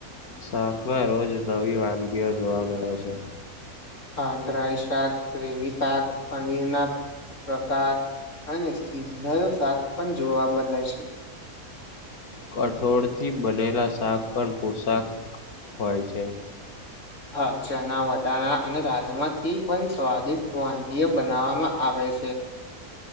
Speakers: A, on the left; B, on the left.
A: શાકમાં રોજ નવી વાનગીઓ જોવા મળે છે
B: હા ડ્રાય શાક ગ્રેવી શાક પનીર ના પ્રકાર અને ચીજ શાક પણ જોવા બદને છે <inaudible>
A: કઠોળથી બનેલા શાક પણ પોશાક હોય છે
B: હા ચણા વટાણા અને રાજમા થી પણ સ્વાદિષ્ટ વાનગીય બનાવવામાં આવે છે <inaudible>